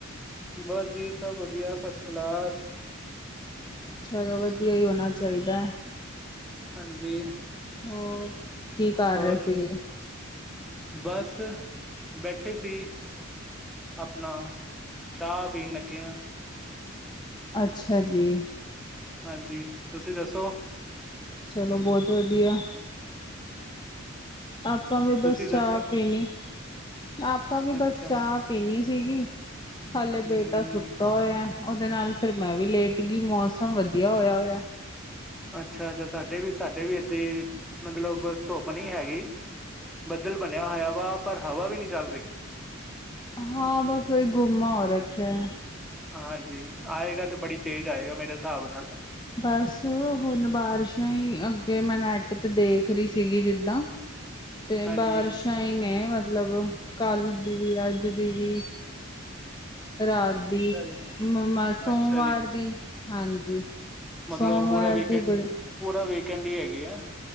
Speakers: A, in the centre; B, on the left (about 20°).
A: ਬਸ ਜੀ ਸਭ ਵਧੀਆ ਫਸ ਕਲਾਸ।
B: ਚਲੋ ਵਧੀਆ ਈ ਹੋਣਾ ਚਾਹੀਦਾ।
A: ਹਾਂਜੀ
B: ਹੋਰ, ਕੀ ਕਰ
A: ਹੋਰ
B: ਰਹੇ ਸੀਗੇ?
A: ਬਸ, ਬੈਠੇ ਸੀ। ਆਪਣਾ, ਚਾਹ ਪੀਣ ਲੱਗੇ ਆ।
B: ਅੱਛਾ ਜੀ।
A: ਹਾਂਜੀ, ਤੁਸੀਂ ਦੱਸੋ।
B: ਚਲੋ ਬਹੁਤ ਵਧੀਆ। ਆਪਾਂ ਵੀ
A: ਤੁਸੀਂ
B: ਬਸ ਚਾਹ
A: ਦੱਸੋ
B: ਪੀਣੀ, ਆਪਾਂ ਵੀ
A: ਅੱਛਾ
B: ਬਸ ਚਾਹ ਪੀਣੀ ਸੀਗੀ ਹਲੇ
A: ਹਮ
B: ਬੇਟਾ
A: ਹਮ
B: ਸੁੱਤਾ ਹੋਇਆ ਉਹਦੇ ਨਾਲ ਫੇਰ ਮੈਂ
A: ਅੱਛਾ
B: ਵੀ ਲੇਟ ਗੀ ਮੌਸਮ ਵਧੀਆ ਹੋਇਆ ਹੋਇਆ।
A: ਅੱਛਾ-ਅੱਛਾ ਤੁਹਾਡੇ ਵੀ ਸਾਡੇ ਵੀ ਏਦਾਂ ਈ, ਮਤਲਬ ਧੁੱਪ ਨੀ ਹੈਗੀ। ਬੱਦਲ ਬਣਿਆ ਹੋਇਆ ਵਾ ਪਰ ਹਵਾ ਵੀ ਨੀ ਚੱਲ ਰਹੀ।
B: ਹਾਂ ਬਸ ਉਹੀ ਗੁੰਮਾ ਹੋ ਰੱਖਿਆ।
A: ਹਾਂਜੀ, ਆਏਗਾ ਤੇ ਬੜੀ ਤੇਜ਼ ਆਏਗਾ ਮੇਰੇ ਹਿਸਾਬ ਨਾਲ।
B: ਬਸ ਹੁਣ ਬਾਰਿਸ਼ਾਂ ਹੀ ਅੱਗੇ ਮੈਂ ਨੈਟ ਤੇ ਦੇਖ ਰਹੀ ਸੀਗੀ ਜਿੱਦਾਂ ਤੇ
A: ਹਾਂਜੀ
B: ਬਾਰਿਸ਼ਾਂ ਹੀ ਨੇ ਮਤਲਬ, ਕੱਲ ਦੀ ਵੀ ਅੱਜ ਦੀ ਵੀ। ਰਾਤ ਦੀ,
A: ਅੱਛਾ ਜੀ
B: ਸੋਮਵਾਰ
A: ਅੱਛਾ ਜੀ
B: ਦੀ, ਹਾਂਜੀ।
A: ਮਤਲਬ
B: ਸੋਮਵਾਰ
A: ਪੂਰਾ ਵੀਕਐਂਡ,
B: ਦੀ ਬੜੀ
A: ਪੂਰਾ ਵੀਕਐਂਡ ਹੀ ਹੈਗੀ ਏ।